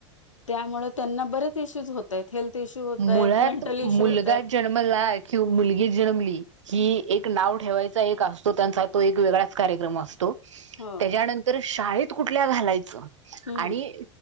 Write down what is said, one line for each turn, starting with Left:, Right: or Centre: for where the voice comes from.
Left: त्यामुळे त्यांना बरेच इश्यूज होत आहेत हेल्थ इश्यू होत
Right: मुळात
Left: आहेत मेंटल
Right: मुलगा
Left: इश्यू होत आहेत
Right: जन्मला कि मुलगी जन्मली ही एक नाव ठेवायच एक असतो तंत्राचा एक वेगळाच कार्यक्रम असतो
Left: हो
Right: त्याच्यानंतर शाळेत कुठल्या घालायचं
Left: हम्म
Right: आणि.